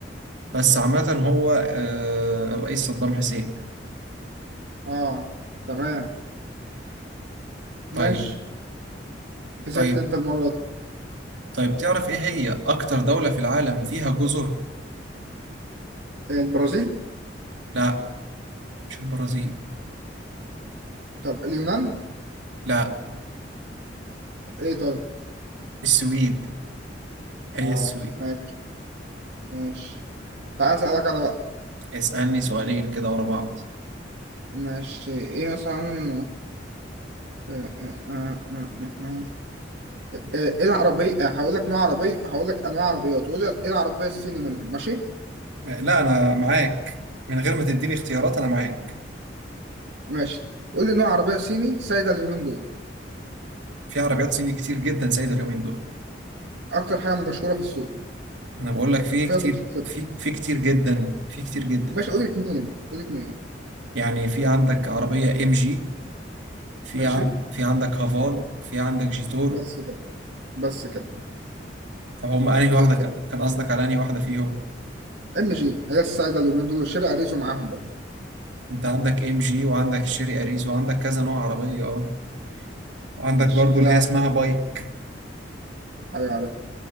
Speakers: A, on the right (about 85°); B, on the right (about 70°).
A: بس عامة هو آه، الرئيس صدام حسين
B: اه تمام
A: طيب
B: ماشي كسبت
A: طيب
B: أنت المرة دي
A: طيب تعرف ايه هي اكتر دولة في العالم فيها جزر
B: آه، البرازيل
A: لا مش البرازيل
B: طب اليونان
A: لا
B: إيه طيب
A: السويد هي
B: اه
A: السويد
B: ماشي ماشي تعال أسألك أنا بقى
A: اسألني سؤالين كده ورا بعض
B: ماشي إيه مثلا آه آه آه آه آه. آه. آه، ايه العربية آه، هقول لك نوع عربية هقول لك انواع عربيات وقول لي ايه العربية الصيني منهم ماشي
A: لا انا معاك من غير ما تديني اختيارات انا معاك
B: ماشي قول لي نوع عربية صيني سايدة اليومين دول
A: في عربيات صيني كتير جدا سايدة اليومين دول
B: اكتر حاجة مشهورة في السوق
A: ما انا بقول لك في
B: وفيها
A: كتير
B: متخصصات
A: في في كتير جدا في كتير جدا
B: ماشي قول لي اتنين قول لي اتنين
A: يعني في عندك عربية ام جي في
B: ماشي
A: عن في عندك هافال في عندك جيتور
B: بس كده بس كده
A: طب هم انهي
B: زي
A: واحدة
B: الفل
A: كان كان قصدك على انهي واحدة فيهم
B: ام جي هي السايدة اليومين دول وشيري اريزو معاهم برضه
A: انت عندك ام جي وعندك شيري اريز وعندك كذا نوع عربية اه وعندك
B: ماشي
A: برضو
B: كده
A: اللي هي اسمها بايك
B: حاجة عارفها